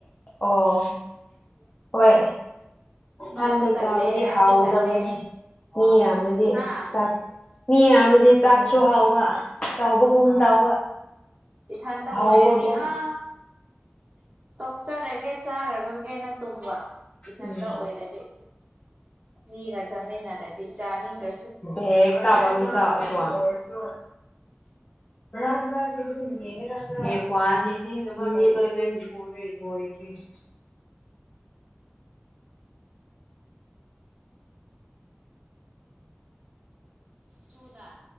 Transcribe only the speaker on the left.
ꯑꯣ ꯍꯣꯏ ꯏꯊꯟꯗ
ꯆꯥꯕꯗꯤ
ꯍꯥꯎꯗꯕꯅꯤ
ꯃꯤ ꯌꯥꯝꯃꯗꯤ
ꯆꯥꯛ ꯃꯤ ꯌꯥꯝꯃꯗꯤ ꯆꯥꯛꯁꯨ ꯍꯥꯎꯕ ꯆꯥꯎꯕꯒꯨꯝ
ꯇꯩꯕ
ꯍꯥꯎꯕꯒꯨꯝ
ꯎꯝ
<unintelligible> <unintelligible>